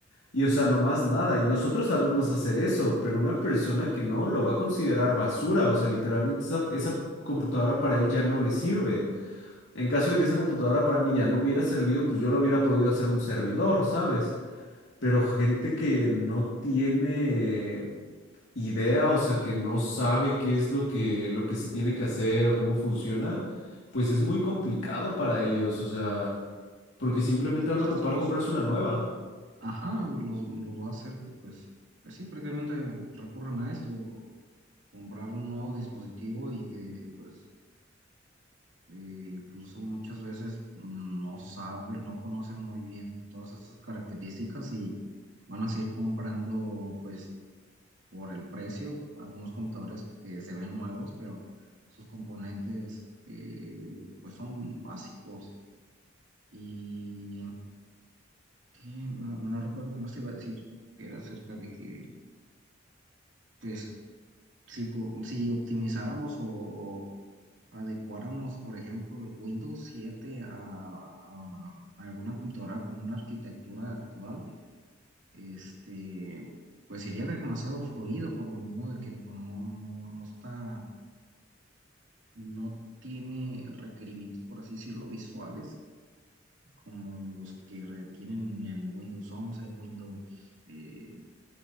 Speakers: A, on the left; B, on the right.
A: y o sea, no más nada, y nosotros sabemos hacer eso, pero una persona que no lo va a considerar basura, o sea, literalmente esa, esa computadora para él ya no le sirve. En caso de que esa computadora para mí ya no hubiera servido, pues yo la hubiera podido hacer un servidor, ¿sabes? Pero gente que no tiene idea, o sea, que no sabe qué es lo que, lo que se tiene que hacer o cómo funciona, pues es muy complicado para ellos, o sea, porque simplemente
B: Digo,
A: van
B: o
A: a
B: sea,
A: ocupar
B: esto lo
A: comprarse una nueva.
B: Ajá, los, los va a hacer que pues, pues sí, prácticamente recurren a esto, comprar un nuevo dispositivo y que pues eh, incluso muchas veces no saben, no conocen muy bien todas estas características y van a seguir comprando pues por el precio algunos computadores que se ven nuevos, pero sus componentes eh, pues son básicos y que no, no recuerdo qué más te iba a decir, que era acerca de que pues Si, po- si optimizáramos o adecuáramos, por ejemplo, el Windows siete a, a alguna computadora con una arquitectura actual, este, pues sería demasiado fluido por lo mismo de que pues, no, no, no no está, no tiene requerimientos, por así decirlo, visuales como los que tienen en Windows once Windows eh,